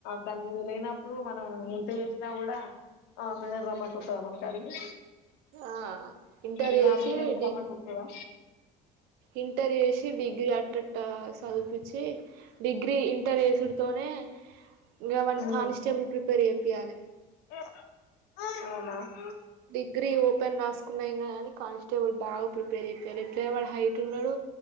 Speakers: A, on the left; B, on the right.
A: దాని మీద లేనప్పుడు మనం ఎంత చేసినా కూడా ఆ మెదడు రమ్మంటే వత్తద మన కాడికి
B: ఆ ఇంటర్
A: ఇలా
B: చేసి
A: పక్షంశ
B: డి
A: రమ్మంటే వత్తదా?
B: ఇంటర్ ఏసి డిగ్రీ అట్టట్ట సవ్ చూపిచ్చి డిగ్రీ ఇంటర్ ఏసడుతోనే ఇంగా వాన్ని
A: ఉమ్
B: ఖానిస్టేబుల్ ప్రిపేర్ ఏపియాలే.
A: అవునా
B: డిగ్రీ ఓపెన్ రాసుక్ కున్న ఏం కాని కానిస్టేబుల్ బాగా ప్రిపేర్ యేపియ్యాలె. ఎట్లయిన వాడు హైట్ ఉన్నాడు,